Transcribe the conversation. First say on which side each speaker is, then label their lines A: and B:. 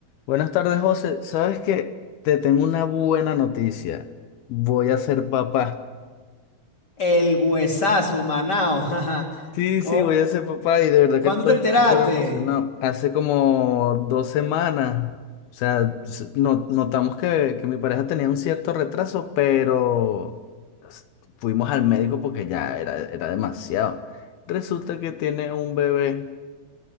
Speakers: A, on the left; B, on the left.
A: Buenas tardes, José. ¿Sabes que Te tengo una buena noticia. Voy a ser papá.
B: El huesazo, Manao. <laughs> jaja.
A: Sí,
B: ¿Cómo-
A: sí, voy a ser papá y de verdad
B: ¿Cuándo
A: que estoy
B: te enteraste?
A: súper emocionado. Hace como dos semanas, o sea, s- no- notamos que, que mi pareja tenía un cierto retraso, pero s- fuimos al médico porque ya era, era demasiado. Resulta que tiene un bebé.